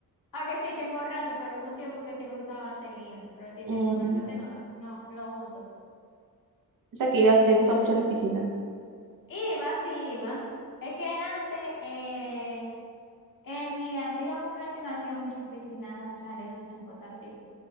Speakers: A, on the left (about 60°); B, on the right (about 60°).
A: Aunque sí tengo un rato, pero hubo un tiempo que sí lo usaba seguido. Pero sí tengo
B: Mm,
A: un rato que no los no los uso.
B: o sea que iba- te gustan mucho las piscinas.
A: Iba, sí iba. Es que antes, eh, en mi antigua congregación hacía muchas piscinadas, muchas arenas, muchas cosas así.